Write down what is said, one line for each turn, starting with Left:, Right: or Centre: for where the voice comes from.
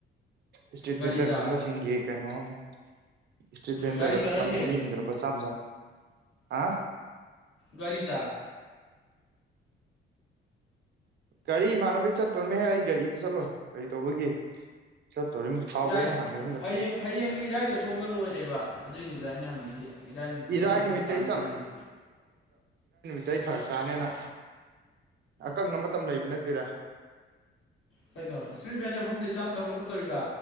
Right: ꯏꯁꯇ꯭ꯔꯤꯠ
Left: ꯒꯥꯔꯤꯗ
Right: ꯚꯦꯟꯗꯔ ꯐꯝꯕ ꯁꯤꯡꯒꯤ ꯀꯩꯅꯣ ꯑꯃ ꯏꯁꯇ꯭ꯔꯤꯠ ꯚꯦꯟꯗꯔ
Left: ꯒꯥꯔꯤꯗꯔꯣ
Right: ꯐꯝꯕ
Left: ꯍꯥꯏꯁꯦ
Right: ꯃꯤ ꯑꯃꯗ ꯂꯨꯄꯥ ꯆꯥꯝ ꯆꯥꯝ ꯍꯥ
Left: ꯒꯥꯔꯤꯗ
Right: ꯒꯥꯔꯤ ꯏꯃꯥꯟꯅꯕꯩ ꯆꯠꯇꯣꯏꯃꯦꯍꯦ ꯑꯩ ꯒꯥꯔꯤꯗ ꯆꯠꯂꯣꯏ ꯀꯔꯤ ꯇꯧꯕꯒꯤ ꯆꯠꯇꯣꯔꯤꯃꯣ ꯊꯥꯎꯒ
Left: ꯏꯔꯥꯏ
Right: ꯑꯩꯅ ꯍꯥꯟꯒꯗꯕ ꯅꯠꯇꯦ
Left: ꯍꯌꯦꯡ ꯍꯌꯦꯡꯒ ꯏꯔꯥꯏꯒ ꯊꯣꯛꯑꯒ ꯂꯣꯏꯔꯦꯕ ꯑꯗꯨꯏꯅꯤꯗ ꯑꯩꯅ ꯍꯪꯉꯛꯏꯁꯦ ꯏꯔꯥꯏ ꯅꯨꯃꯤꯠꯇ
Right: ꯏꯔꯥꯏ
Left: ꯆꯠꯂ ꯐꯔꯛ
Right: ꯅꯨꯃꯤꯠꯇ
Left: ꯇꯥꯅꯤꯗꯥ
Right: ꯑꯩ
Left: ꯅꯪꯅ
Right: ꯇꯩ ꯐꯔꯛ ꯇꯥꯅꯦꯅ ꯑꯀꯪꯕ ꯃ ꯃꯇꯝ ꯂꯩꯕ ꯅꯠꯇꯦꯗ
Left: ꯀꯩꯅꯣ ꯏꯁꯇ꯭ꯔꯤꯠ ꯚꯦꯟꯗꯔ ꯐꯝꯕꯗꯩ ꯆꯥꯝ ꯆꯥꯝ ꯂꯧꯈꯠꯇꯣꯔꯤꯕꯥ